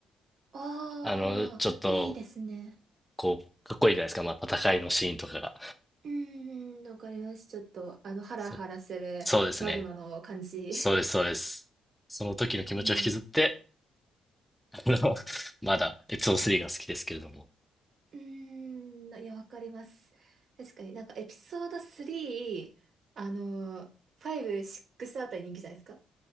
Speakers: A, on the right; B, in the centre.
A: ああ、
B: あの、ちょっと、
A: いいですね。
B: こう、かっこいいじゃないですか。まあ、戦いのシーンとかが。
A: うんうん、わかります。ちょっと、あの、ハラハラするマグマの感じ。
B: そ、そうですね。そうです、そうです。その時の気持ちを引きずって、
A: うん。
B: あの、<laughs> まだエピソード3が好きですけれども。
A: うーん。いや、わかります。確かになんかエピソード3、あのファイブシッ5、6あたり人気じゃないですか。